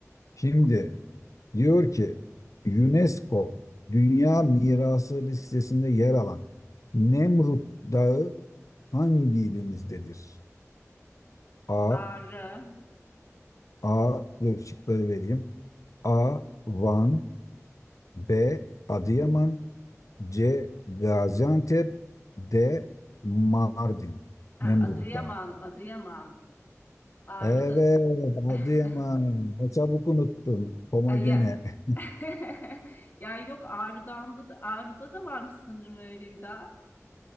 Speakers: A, on the left; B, on the left.
A: Şimdi diyor ki UNESCO Dünya Mirası listesinde yer alan Nemrut Dağı hangi ilimizdedir? A.
B: Ağrı.
A: A. Dur, Şıkları vereyim. A. Van B. Adıyaman C. Gaziantep D. Mardin
B: Ha,
A: Nemrut'ta.
B: Adıyaman, Adıyaman. Ağrı'da.
A: Evet
B: <laughs>
A: Adıyaman ne çabuk unuttun Koma
B: Ay
A: gene
B: ya.
A: <laughs>
B: <laughs> Ya yok Ağrı'dan da Ağrı'da da varmış sanırım öyle bir daha.